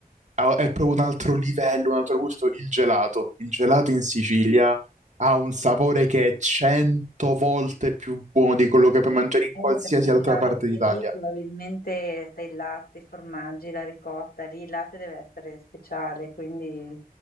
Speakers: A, on the right (about 50°); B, on the left (about 70°).
A: ha- è proprio un altro livello, un altro gusto. Il gelato. Il gelato in Sicilia ha un sapore che è cento volte più buono di quello che puoi mangiare in
B: Eh,
A: qualsiasi
B: perché il
A: altra
B: latte
A: parte d'Italia.
B: lì probabilmente sai il latte, i formaggi, la ricotta, lì il latte deve essere speciale, quindi